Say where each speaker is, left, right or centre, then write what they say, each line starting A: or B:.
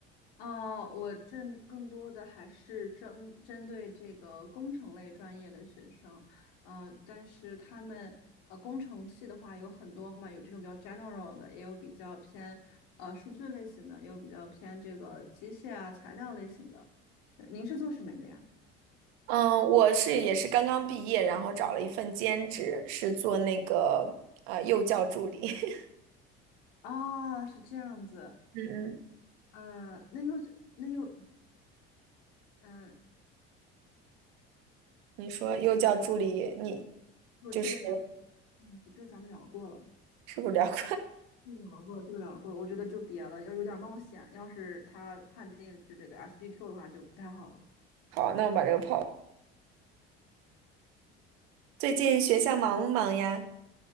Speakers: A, on the left; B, on the right.
A: 啊、我正更多的还是针针对这个工程类专业的学生，嗯、但是他们呃工程系的话有很多嘛，有这种比较 general 的，也有比较偏呃数据类型的，也有比较偏这个机械啊材料类型的，对，您是做什么的呀？
B: 嗯，我是也是刚刚毕业，然后找了一份兼职，是做那个呃幼教助理。<laughs>
A: 啊，是这样子，
B: 嗯嗯，
A: 呃，那又那又，嗯、
B: 你说幼教助理，你
A: 我这个咱们，
B: 就是
A: 嗯，这个咱们聊过了，
B: 是不是聊过？
A: 这个聊过，这个聊过，我觉得就别了，要有点冒险。要是他判定是这个 SBQ 的话，就不太好了。
B: <laughs> 好，那我把这个抛。最近学校忙不忙呀？